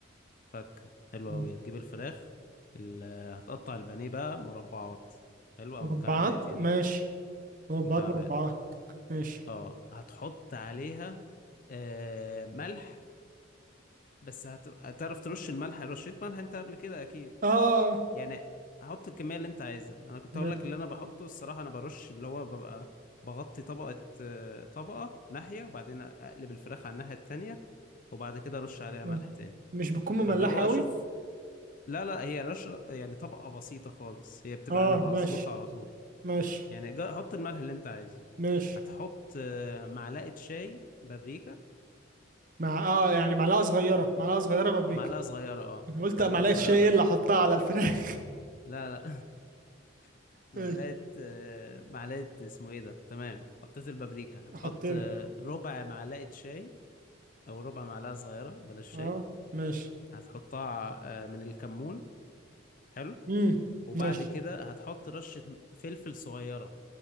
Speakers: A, on the left; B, on the right.
A: فكه حلو
B: مم.
A: قوي هتجيب الفراخ ال- هتقطع البانيه بقى مربعات حلو او
B: مربعات
A: مكعبات يعني
B: ماشي مربعات
A: مكعبات
B: مربعات ماشي
A: اه هتحط عليها آه ملح بس هت- هتعرف ترش الملح رشيت ملح انت قبل كده اكيد
B: اه آه،
A: يعني هحط الكميه اللي انت عايزها انا كنت
B: م-
A: هقول لك اللي انا بحطه الصراحه انا برش اللي هو ببقى بغطي طبقه آه، طبقه ناحيه وبعدين اقلب الفراخ على الناحيه التانية وبعد كده ارش عليها ملح
B: آه.
A: تاني
B: مش بتكون مملحه
A: فاللي هو
B: قوي
A: اشوف لا لا هي رش يعني طبقه بسيطه خالص هي بتبقى
B: اه
A: انا بظبطها
B: ماشي
A: على طول
B: ماشي
A: يعني جا- حط الملح اللي انت عايزه
B: ماشي
A: هتحط آه، معلقه شاي بابريكا
B: مع اه يعني معلقه صغيره معلقه صغيره بابريكا
A: معلقة صغيرة اه
B: انا قلت
A: معلقة
B: معلقه
A: صغيرة
B: شاي
A: بابريكا
B: اللي احطها على الفراخ
A: لا لا <laughs> معلقة
B: <laughs> ماشي
A: آه، معلقة اسمه ايه ده تمام حطيت البابريكا هتحط
B: حطينا
A: آه، ربع معلقة شاي او ربع معلقة صغيرة بلاش شاي
B: اه ماشي
A: هتحطها آه، من الكمون حلو
B: امم
A: وبعد
B: ماشي
A: كده هتحط رشة فلفل صغيرة